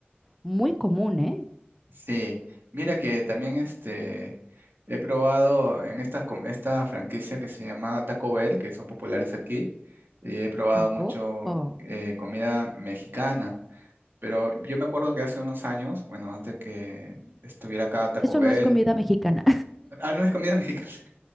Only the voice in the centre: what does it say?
muy común, ¿eh?
¿A
poco?
Eso
no es comida mexicana.